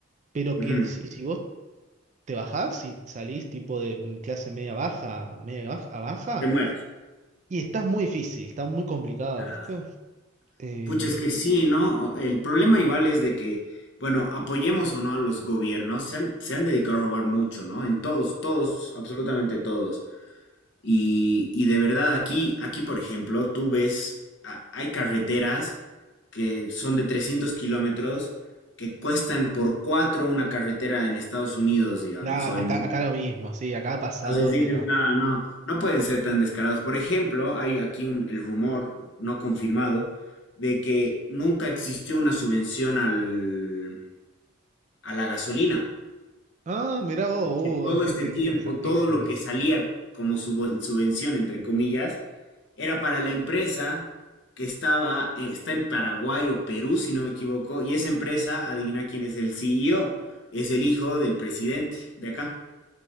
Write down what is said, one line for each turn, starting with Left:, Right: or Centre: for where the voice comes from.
Right: pero
Left: ujú,
Right: que en sí, si vos te bajás y salís tipo de clase media baja, media baja, a baja,
Left: Te mueres.
Right: y estás muy difícil, está muy complicado,
Left: Ya.
Right: ¿viste? Eh,
Left: Pucha, es que sí, ¿no? El problema igual es de que, bueno, apoyemos o no a los gobiernos, se han, se han dedicado a robar mucho, ¿no? En todos, todos, absolutamente todos. Y, y de verdad, aquí, aquí, por ejemplo, tú ves, a- hay carreteras que son de 300 kilómetros que cuestan por cuatro una carretera en Estados Unidos, digamos,
Right: nah,
Left: o
Right: acá,
Left: en...
Right: acá lo mismo, sí, acá ha pasado,
Left: Entonces dices,
Right: pero...
Left: no, no, no pueden ser tan descarados. Por ejemplo, hay aquí un, el rumor no confirmado de que nunca existió una subvención al, a la gasolina.
Right: Ah, mirá vos,
Left: Todo
Right: uh, eso
Left: este
Right: <laughs> es
Left: tiempo,
Right: interesantísimo.
Left: todo lo que salía como subo- subvención, entre comillas, era para la empresa que estaba, eh, está en Paraguay o Perú, si no me equivoco, y esa empresa, adivina quién es el CEO, es el hijo del presidente de acá.